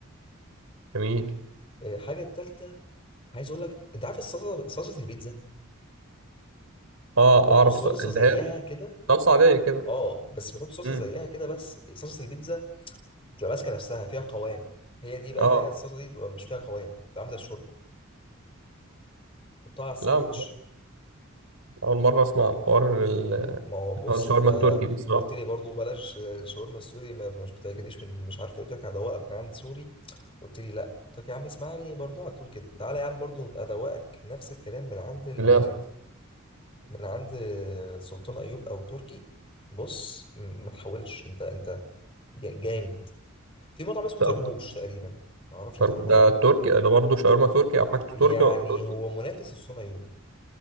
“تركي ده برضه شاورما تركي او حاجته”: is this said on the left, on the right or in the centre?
Right